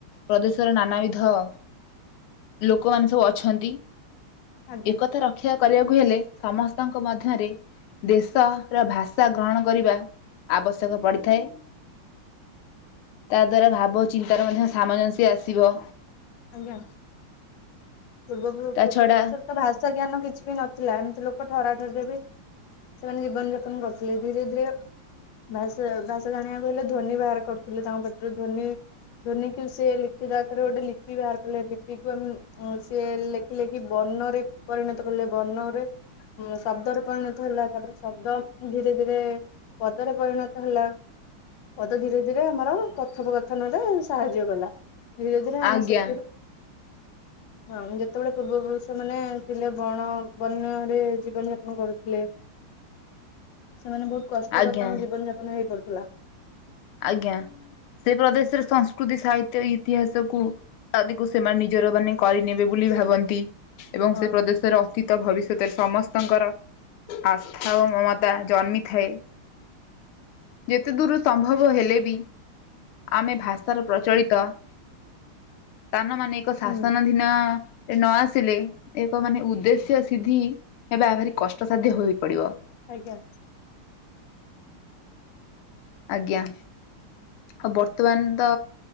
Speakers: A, on the left; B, on the left.
A: ପ୍ରଦେଶର ନାନାବିଧ ଲୋକମାନେ ସବୁ ଅଛନ୍ତି,
B: ଆଜ୍ଞା
A: ଏକତା ର କ୍ଷା କରିବାକୁ ହେଲେ ସମସ୍ତଙ୍କ ମଧ୍ୟରେ ଦେଶର ଭାଷା ଗ୍ରହଣ କରିବା ଆବଶ୍ୟକ ପଡ଼ିଥାଏ। ତା ଦ୍ଵାରା ଭାବ ଚିନ୍ତାର ମଧ୍ୟ ସାମଞ୍ଜସ୍ୟ ଆସିବ।
B: ଆଜ୍ଞା, ପୂର୍ବ <unintelligible>
A: ତା
B: ପୂର୍ବ
A: ଛଡା
B: <unintelligible> ତ ଭାଷା ଜ୍ଞାନ କିଛି ବି ନଥିଲା, ଏମ୍ତି ଲୋକ ଠରା ଠରିରେ ବି ସେମାନେ ଜୀବନ ଯାପନ କରୁଥିଲେ, ଧୀରେ-ଧୀରେ ଭାଷା-ଭାଷା ଜାଣିବାକୁ ହେଲେ ଧ୍ୱନି ବାହାର କରୁଥିଲେ ତାଙ୍କ ପାଟିରୁ ଧ୍ୱନି ଧ୍ୱନି କୁ ସେ ଲିଖିତ ଆକାରରେ ଗୋଟେ ଲିପି ବାହାର କଲେ, ଲିପିକୁ ଆମେ ଅଁ ସିଏ ଲେଖି ଲେଖି କି ବର୍ଣ୍ଣରେ ପରିଣତ କଲେ, ବର୍ଣ୍ଣରେ <unintelligible> ଶବ୍ଦରେ ପରିଣତ ହେଲା, ତାପରେ ଶବ୍ଦ ଧୀରେ-ଧୀରେ ପଦରେ ପରିଣତ ହେଲା। ପଦ ଧୀରେ-ଧୀରେ ଆମର କଥୋପକଥନ ରେ ସାହାଯ୍ୟ କଲା, ଧୀରେ-ଧୀରେ ଆମେ
A: ଆଜ୍ଞା
B: ସେ ହଁ ଯେତେବେଳେ ପୂର୍ବ ପୁରୁଷ ମାନେ ଥିଲେ ବଣ ବନ୍ୟରେ ଜୀବନ ଯାପନ କରୁଥିଲେ। ସେମାନେ ବହୁତ୍ କଷ୍ଟକର
A: ଆଜ୍ଞା
B: ତାଙ୍କ ଜୀବନ ଯାପନ ହେଇ ପଡୁଥିଲା।
A: ଆଜ୍ଞା, ସେଇ ପ୍ରଦେଶରେ ସଂସ୍କୃତି ସାହିତ୍ୟ ଇତିହାସକୁ ଆଦିକୁ ସେମାନେ ନିଜର ମାନେ କରିନେବେ ବୋଲି ଭାବନ୍ତି ଏବଂ
B: ହଁ
A: ସେ ପ୍ରଦେଶର ଅତୀ ତ ଭବିଷ୍ୟତରେ ସମସ୍ତଙ୍କର ଆସ୍ଥା ଓ ମମତା ଜନ୍ମିଥାଏ। ଯେତେ ଦୂର୍ ସମ୍ଭବ ହେଲେ ବି ଆମେ ଭାଷାର ପ୍ରଚଳିତ ସ୍ଥାନ <unintelligible> ଶାସନ
B: ହୁଁ
A: ଧୀ ନ, ଏ ନ ଆସିଲେ ଏକ ମାନେ ଉଦ୍ଦେଶ୍ୟ ସିଦ୍ଧି ହେବା ଭାରି କଷ୍ଟସାଧ୍ୟ ହୋଇପଡିବ।
B: ଆଜ୍ଞା।
A: ଆଜ୍ଞା। ଆଉ ବର୍ତ୍ତମାନ୍ ତ